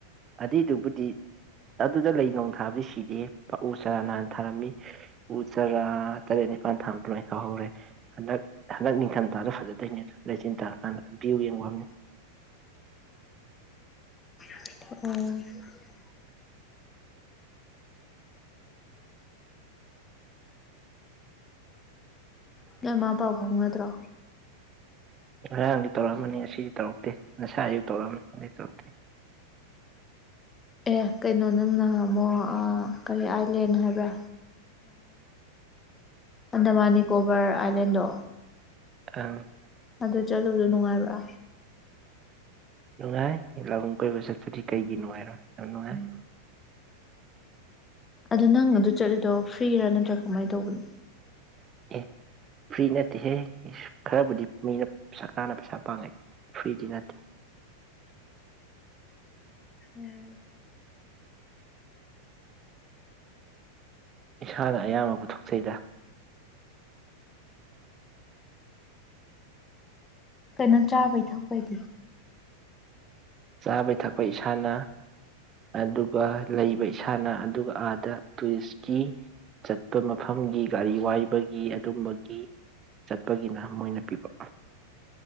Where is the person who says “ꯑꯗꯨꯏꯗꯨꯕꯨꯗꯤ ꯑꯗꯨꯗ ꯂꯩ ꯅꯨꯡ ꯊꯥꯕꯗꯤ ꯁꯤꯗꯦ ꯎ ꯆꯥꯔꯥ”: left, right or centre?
Right